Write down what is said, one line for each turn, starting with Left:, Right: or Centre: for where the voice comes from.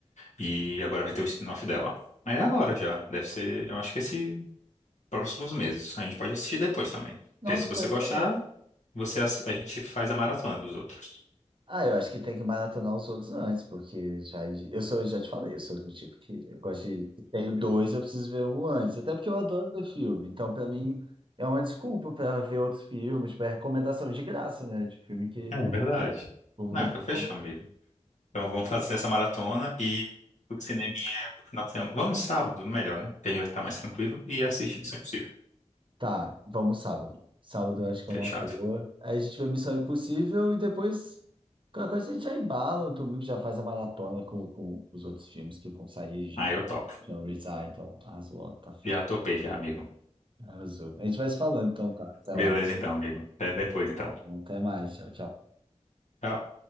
Left: e agora vai ter o spin-off dela. Aí é agora já. Deve ser, eu acho que esse próximos meses. A gente pode assistir depois também.
Right: Nossa,
Left: Porque aí se você
Right: pois
Left: gostar,
Right: é.
Left: você assi- a gente faz a maratona dos outros.
Right: Ah, eu acho que tem que maratonar os outros antes, porque já, eu sou, eu já te falei, eu sou do tipo que eu gosto de, tenho dois, eu preciso ver um antes, até porque eu adoro ver filme, então pra mim é uma desculpa pra ver outros filmes, tipo, é recomendação de graça, né, de filme que
Left: É verdade.
Right: eu vou
Left: Não,
Right: ver
Left: então
Right: depois.
Left: fechou, amigo. Então vamos fazer essa maratona e o cineminha do final de semana. Vamos sábado, melhor, né? Que a gente vai estar mais tranquilo e assiste Missão Impossível.
Right: Tá, vamos sábado. Sábado eu acho que
Left: Fechado.
Right: é uma boa. Aí a gente vê Missão Impossível e depois qualquer coisa a gente já embala, no domingo já faz a maratona com, com os outros filmes que vão sair,
Left: Ah,
Right: já
Left: eu topo.
Right: já revisar, então arrasou, tá feito.
Left: Já topei já, amigo.
Right: Arrasou. A gente vai se falando, então, tá? Até lá.
Left: Beleza então, amigo. Até depois então.
Right: Tá bom, até mais. Tchau, tchau.
Left: Tchau.